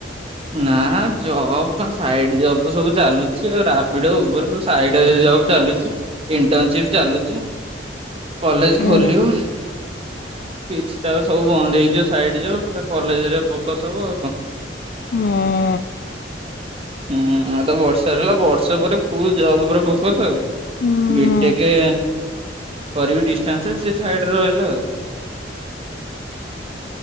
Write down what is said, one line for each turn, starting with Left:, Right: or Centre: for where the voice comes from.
Right: ନା ଜବ କଣ ସାଇଡ ଜବ୍ ତ ସବୁ ଚାଲୁ ଚି ରାପିଡୋ ଉର୍ବର ସବୁ ସାଇଡି ଜବ ଚାଲୁଚି ଇଣ୍ଟନସିପ ଚାଲୁଚି। କଲେଜ୍
Left: ଉଁ
Right: ଖୋଲିବ। କିଛି ତାପରେ ସବୁ ବନ୍ଦ ହେଇଯିବ ସାଇଡ ଜବ ପୁରା କଲେଜ୍ ରେ ଫୋକସ ହବ ଆଉ କଣ।
Left: ମୁଁ।
Right: ହୁଁ ଆଉ ତ ବର୍ଷେ ହେଲା ବର୍ଷେ ପରେ ଫୁଲ୍ ଜବ୍ ଉପରେ ଫୋକସ୍ ଆଉ।
Left: ହୁଁ
Right: ବିଟେକେ କରିବି ଡିଟାନ୍ସେ ସେ ସାଇଡରେ ରହିଲା ଆଉ।